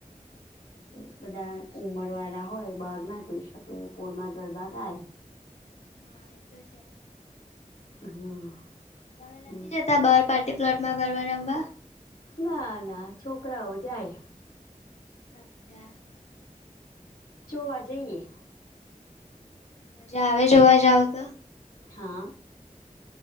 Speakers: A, on the left (about 85°); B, on the left (about 50°).
A: એ બધા ઉમર વાળા હોય બહાર ના જઈ શકે પોળમાં ગરબા ગાય.
B: હા એતો છે
A: હમ
B: તમે નથી
A: હમ
B: જતા બાર? પાર્ટી પ્લોટમાં ગરબા રમવા?
A: ના ના છોકરાઓ જાય.
B: અચ્છા
A: જોો વા જઈએ.
B: હજ આવે જોવા જાાવ તો
A: હા